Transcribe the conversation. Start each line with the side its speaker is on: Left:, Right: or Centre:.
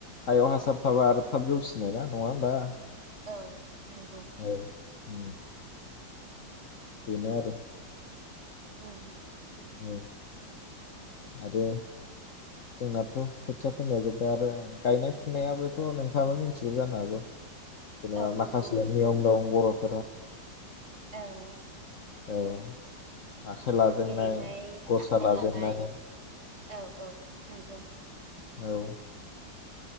Left: हायाव हास सार थाबा आरो थाब जौसि नों ना नङा होमबा
Right: औ नोंगौ
Left: औ उम बिनो आरो
Right: औ
Left: औ आरो जोंनाथ' खोथिया फोनाया जोबबा आरो गायनाय फुनायाबोथ' नों थांआबो मिथिगौ जानो हागौ जेनेबा
Right: औ नंगौ
Left: माखासे
Right: नोंथां
Left: नियम दं बर <unintelligible>
Right: औ
Left: औ आखाइ लाजेननाय
Right: जेरैहाय
Left: गसा
Right: आखाइ
Left: लाजेननाय
Right: लानाय औ औ नंगौ
Left: औ